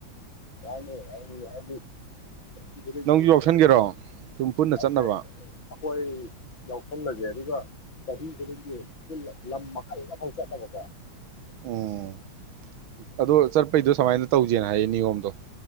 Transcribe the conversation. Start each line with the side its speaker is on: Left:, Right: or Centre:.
Left: <unintelligible> <unintelligible>
Right: ꯅꯪꯁꯨ ꯌꯥꯎꯁꯟꯒꯦꯔꯣ ꯁꯨꯝ ꯄꯨꯟꯅ
Left: ꯑꯩꯈꯣꯏ
Right: ꯆꯠꯅꯕ
Left: ꯌꯥꯎꯁꯪꯂꯁꯦ ꯑꯗꯨꯒ ꯆꯍꯤ ꯈꯨꯗꯤꯡꯒꯤ ꯂꯝ ꯃꯈꯜ ꯃꯈꯜ ꯆꯠꯅꯕꯀꯣ
Right: ꯎꯝ ꯑꯗꯣ ꯆꯠꯄꯩꯗꯣ ꯁꯨꯃꯥꯏꯅ ꯇꯧꯁꯦꯅ ꯍꯥꯏꯌꯦ ꯅꯤꯌꯣꯝꯗꯣ